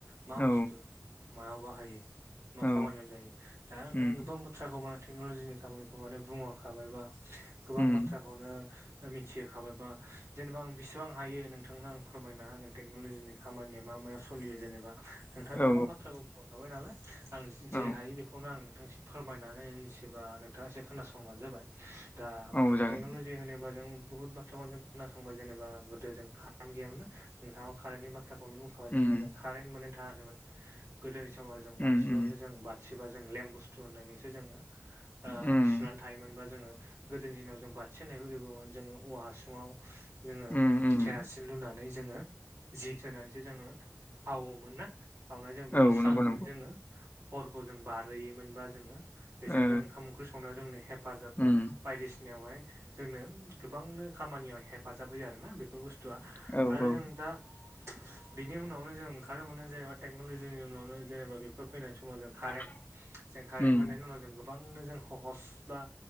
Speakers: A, on the right; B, on the left.
A: मा
B: औ
A: बुस्थु मायाव बाहायो, मा
B: औ
A: खामानियाव जायो। दा नोंथां
B: उम
A: गोबां बाथ्राखौ मा टेक्न'लजिनि खामानिखौ माने बुंहरखाबायबा। गोबां
B: उम
A: बाथ्राखौनो मिथिहोखाबायबा जेनेबा आं बेसिबां हायो नोंथांनो आं फोरमायना हागोन टेक्न'लजिनि खामानिया मा माया सोलियो जेनेबा नोंथाङा
B: औ
A: गोबां बाथ्राखौ बुंहरखाबाय नालाय आं जे
B: औ
A: हायो बेखौनो आं नोंथांसिम फोरमायनानै होनोसै बा नोंथाङा एसे खोनासंबानो जाबाय दा
B: औ जागोन
A: टेक्न'लजि जे होनोबा जों बुहुद बाथ्राखौ जों खोनासंबाय जेनेबा गोदो जों कारेन गैयामोन ना नोंथांङा बो कारेन्टनि बा थ्रा खौनो बुंखाबाय
B: उम
A: जेनेबा जों कारेन्ट मोननो थाङाखैमोन गोदोनि समाव जों बाथिजोंसो
B: उम
A: जों बाथ थि बा जों लेम बुस्थु होननायजोंसो जोङो ओ
B: उम उम
A: सुनानै थायोमोनबा जोङो गोदोनि दिनाव जों बाथि होननायबो गैबावामोन जोंङो औवा हासुङाव जोङो
B: उम
A: केरासिन
B: उम
A: लुनानै जोङो जि सोनानैसो जोंङो हावोमोन ना हावना जों बेनि
B: औ
A: स्रांजोंनो
B: नंगौ नंगौ
A: जोंङो हरखौ जों बारहोयोमोनबा जोङो बेजोंनो
B: ओ
A: ओंखाम ओंख्रि संनायाव जोंनो हेफाजाब
B: उम
A: बा बायदिसिनायावहाय जोंनो गोबांनो खामानियाव हेफाजाब होयो आरोना बे बे बुस्थुआ
B: औ
A: आरो
B: औ
A: जों दा
B: <inaudible>
A: बिनि उनावनो जों ओंखारनो मोनो जेनेबा टेक्नलजिनि उनावनो जेनेबा बेफोर फैनाय समाव जों कारेन्ट
B: <inaudible>
A: जों खारेन
B: उम
A: मोननायनि उनाव जों गोबांनो जों ह'हस बा